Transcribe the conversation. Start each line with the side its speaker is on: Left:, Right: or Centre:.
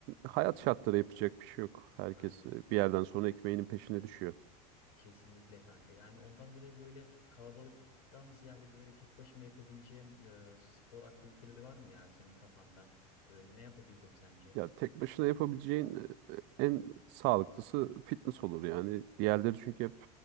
Right: Hayat
Left: Evet,
Right: şartları
Left: evet.
Right: yapacak bir şey yok. Herkes
Left: Aynen.
Right: e,
Left: Ke-
Right: bir yerden sonra ekmeğinin peşine düşüyor.
Left: Kesinlikle kanka. Yani ondan dolayı böyle kalabalıktan ziyade böyle tek başıma yapabileceğim e, spor aktiviteleri var mı ya senin kafanda? Böyle ne yapabilirim sence?
Right: Ya tek başına yapabileceğin e, e, en sağlıklısı fitness olur yani. Diğerleri çünkü hep